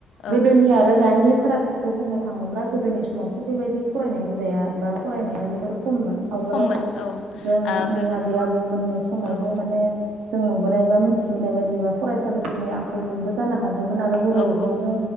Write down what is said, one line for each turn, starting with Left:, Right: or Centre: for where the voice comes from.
Left: औ
Right: गोदोनि आरो दानि फारागथिखौ बुंनो थाङोब्ला गो दोनि समावथ' बेबायदि फरायनाय हुदाया बा फरायनाया जोबोर खममोन आवगोलाव
Left: खममोन औ
Right: जों
Left: आ
Right: आंनि
Left: गो
Right: आबै आबौमोननि समावहाय
Left: औ
Right: माने। जों नुबोनाय बा मिथिबोनाय बायदिबा फरायसालिफोरनि आंखाल मोनबो जानो हागौ। हागौमोन आरो बर'
Left: औ
Right: बिजोंजों
Left: औ